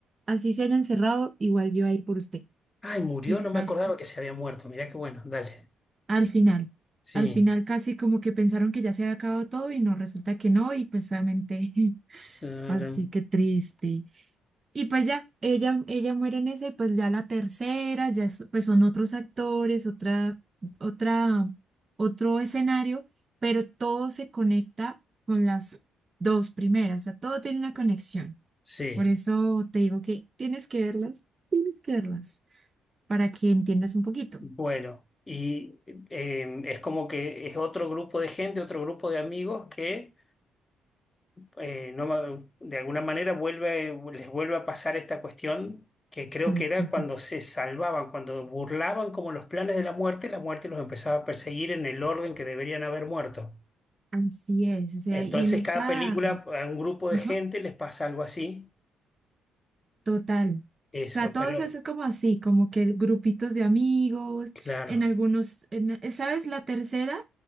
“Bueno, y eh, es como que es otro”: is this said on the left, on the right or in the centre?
Left